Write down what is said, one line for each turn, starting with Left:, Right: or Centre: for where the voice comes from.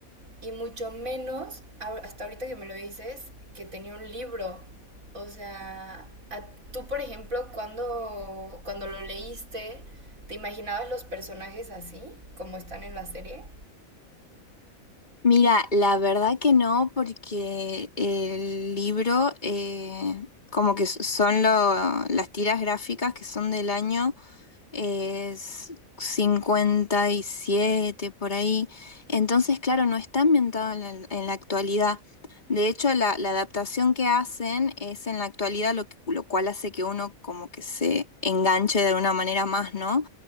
Right: y mucho menos, hasta ahorita que me lo dices, que tenía un libro. O sea, tú, por ejemplo, cuando, cuando lo leíste, ¿te imaginabas los personajes así, como están en la serie?
Left: Mira, la verdad que no, porque el libro, eh, como que s- son lo- las tiras gráficas que son del año, es 57 por ahí. Entonces, claro, no está ambientado en la, en la actualidad. De hecho, la, la adaptación que hacen es en la actualidad, lo, que- lo cual hace que uno como que se enganche de alguna manera más, ¿no?